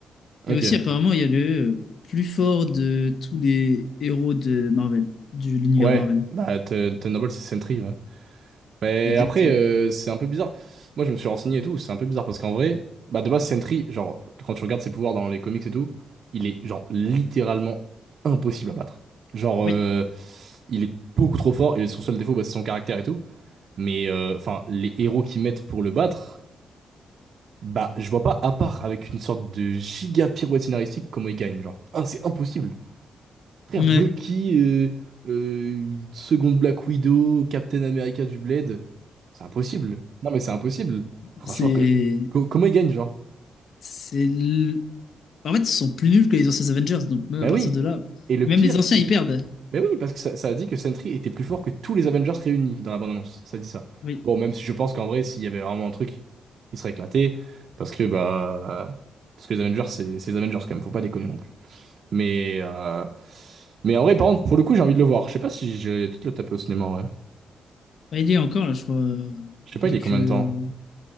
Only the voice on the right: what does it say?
Ok.
Ouais.
Bah, Te- Thunderbolt, c'est Sentry, ouais. Mais
après, euh, c'est un peu bizarre. Moi, je me suis renseigné et tout. C'est un peu bizarre parce qu'en vrai, bah, de base, Sentry, genre, quand tu regardes ses pouvoirs dans les comics et tout, il est, genre, littéralement impossible à battre. Genre,
euh, il est beaucoup trop fort et son seul défaut, bah, c'est son caractère et tout. Mais, euh, enfin, les héros qu'ils mettent pour le battre, bah, je vois pas, à part avec une sorte de giga pirouette scénaristique, comment il gagne. Genre, Ah, c'est impossible. Frère,
Bucky, euh, euh, une seconde Black Widow, Captain America du Bled, c'est impossible. Non mais c'est impossible. Franchement,
que, co- comment ils gagnent, genre?
Bah
oui.
Et le
pire,
c'est...
Bah oui, parce que ça, ça a dit que Sentry était plus fort que tous les Avengers réunis dans la bande-annonce. Ça dit ça.
Bon, même si je pense qu'en vrai, s'il y avait vraiment un truc, il serait éclaté. Parce que, bah... Parce que les Avengers, c'est c'est les Avengers quand même, faut pas déconner non plus. Mais... euh, Mais en vrai, par contre, pour le coup, j'ai envie de le voir. Je sais pas si j'ai peut-être le taper au cinéma, en vrai.
Je sais pas,
il est combien
de temps?